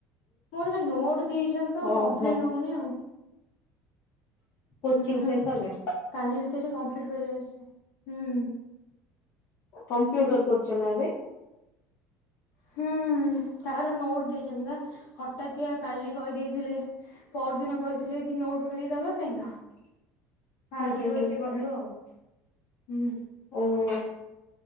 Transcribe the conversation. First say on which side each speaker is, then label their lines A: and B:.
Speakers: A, on the left; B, on the left.
A: ମୋର ବା ନୋଟ ଦେଇଛନ୍ତି ତ
B: ଓହୋ
A: କମ୍ପ୍ଲିଟ ହଉନି ଆଉ।
B: କୋଚିଂ
A: ହୁଁ
B: ସେଣ୍ଟରରେ
A: କାଲି ଭିତରେ କମ୍ପ୍ଲିଟ କରିବାର ଅଛି ହୁଁ।
B: କମ୍ପ୍ୟୁଟର କରୁଛ ନା ଏବେ?
A: ହୁଁ ତାର ନୋଟ ଦେଇଛନ୍ତି ବା ହଠାତିଆ କାଲି କହିଦେଇ ଥିଲେ ପହରଦିନ କହିଥିଲେ କି ନୋଟ କରି ଦବା ପାଇଁ ତ। ଫାଷ୍ଟରୁ
B: ହୁଁ ହୁଁ
A: ଆସି
B: ହୁଁ
A: ଗଲୁ ଆଉ ହୁଁ।
B: ଓହୋ